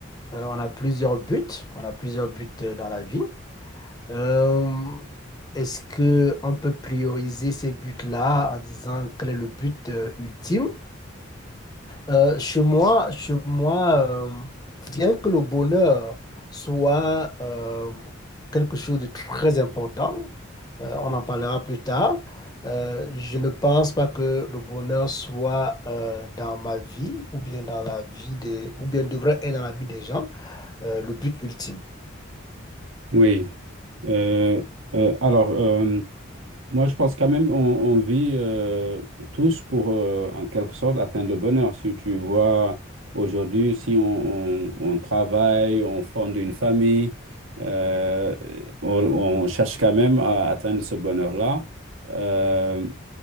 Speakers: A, on the left; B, on the right.
A: Euh, on a plusieurs buts, on a plusieurs buts euh, dans la vie. Euh, est-ce que on peut prioriser ces buts-là en disant quel est le but euh, ultime? Euh, chez moi, chez moi, euh, bien que le bonheur soit euh, quelque chose de très important, euh, on en parlera plus tard, euh, je ne pense pas que le bonheur soit euh, dans ma vie ou bien dans la vie des, ou bien devrait être dans la vie des gens, euh, le but ultime.
B: Oui. Euh, euh, alors, euh, moi, je pense quand même on, on vit euh, tous pour, euh, en quelque sorte, atteindre le bonheur. Si tu vois, aujourd'hui, si on, on- on travaille, on fonde une famille, euh, on, on cherche quand même à atteindre ce bonheur-là. Euh,